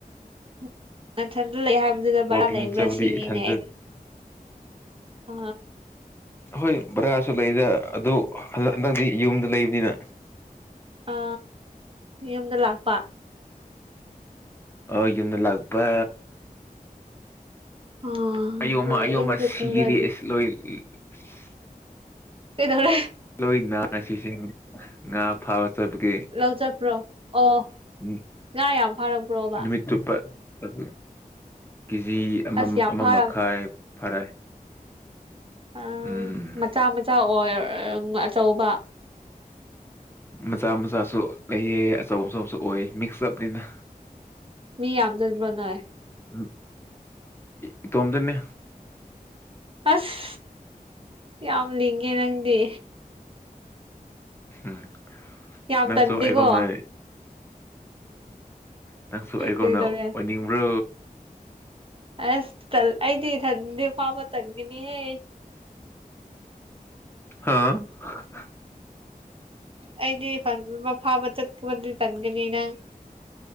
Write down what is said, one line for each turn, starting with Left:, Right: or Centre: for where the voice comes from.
Right: ꯎ ꯃꯊꯟꯇ ꯂꯩ ꯍꯥꯏꯕꯗꯨꯗ ꯕꯔꯥ
Left: ꯋꯥꯛꯀꯤꯡ
Right: ꯂꯩꯕ꯭ꯔꯥ
Left: ꯆꯠꯄꯗꯤ
Right: ꯁꯤꯔꯤꯅꯦ
Left: ꯏꯊꯟꯇ
Right: ꯑꯩ ꯑ
Left: ꯍꯣꯏ ꯚꯔꯥꯁꯨ ꯂꯩꯗ ꯑꯗꯨ ꯍꯟꯗꯛ ꯍꯟꯗꯛꯗꯤ ꯌꯨꯝꯗ ꯂꯩꯕꯅꯤꯅ
Right: ꯑ ꯌꯨꯝꯗ ꯂꯥꯛꯄ
Left: ꯑꯣ ꯌꯨꯝꯗ ꯂꯥꯛꯄ
Right: ꯑꯥ
Left: ꯑꯌꯣꯝꯃ
Right: ꯍꯣꯏ
Left: ꯑꯌꯣꯝꯃ
Right: ꯌꯨꯝꯁꯨ
Left: ꯁꯤꯔ‌ꯦ
Right: ꯈꯔꯗꯤ
Left: ꯏꯁ ꯂꯣꯏ ꯏꯁ
Right: ꯀꯩꯗꯧꯔ‌ꯦ
Left: ꯂꯣꯏ ꯅꯥꯁꯤꯁꯤꯡ ꯉꯥ ꯐꯥꯕ ꯆꯠꯕꯒꯤ
Right: ꯂꯧ ꯆꯠꯄ꯭ꯔꯣ ꯑꯣ
Left: ꯎꯝ
Right: ꯉꯥ ꯌꯥꯝ ꯐꯥꯔꯛꯄ꯭ꯔꯣꯕ
Left: ꯅꯨꯃꯤꯠ ꯆꯨꯞꯄ <unintelligible> ꯀꯦꯖꯤ ꯑꯃ
Right: ꯑꯁ ꯌꯥꯝ
Left: ꯑꯃ
Right: ꯐꯥꯔꯛ
Left: ꯃꯈꯥꯏ ꯐꯔꯦ
Right: ꯑ
Left: ꯎꯝ
Right: ꯃꯆꯥ ꯃꯆꯥ ꯑꯣꯏ ꯑꯆꯧꯕ
Left: ꯃꯆꯥ ꯃꯆꯥꯁꯨ ꯂꯩꯌ‌ꯦ ꯑꯆꯧ ꯑꯆꯧꯕꯁꯨ ꯑꯣꯏ ꯃꯤꯛꯁ ꯑꯞꯅꯤꯅ
Right: ꯃꯤ ꯌꯥꯝꯖꯟꯕ꯭ꯔ‌ꯣ ꯅꯣꯏ
Left: ꯎꯝ ꯏ ꯏꯇꯣꯝꯗꯅꯦ
Right: ꯑꯁ ꯌꯥꯝ ꯂꯤꯡꯉꯦ ꯅꯪꯗꯤ
Left: ꯍꯝ
Right: ꯌꯥꯝ
Left: ꯅꯪꯁꯨ
Right: ꯇꯟꯗꯦꯀꯣ
Left: ꯑꯩꯒꯣꯝꯅ ꯅꯪꯁꯨ ꯑꯩꯉꯣꯟꯗ
Right: ꯀꯩꯗꯧꯔꯦ
Left: ꯑꯣꯏꯅꯤꯡꯕ꯭ꯔꯣ
Right: ꯑꯁ ꯇꯜ ꯑꯩꯗꯤ ꯏꯊꯟꯗꯤ ꯐꯥꯕ ꯇꯟꯒꯅꯤꯍꯦ
Left: ꯍꯥ <unintelligible>
Right: ꯑꯩꯗꯤ ꯐꯥꯕ ꯐꯥ ꯐꯥꯕ ꯆꯠ ꯄꯗꯨꯗꯤ ꯇꯟꯒꯅꯤ ꯅꯪ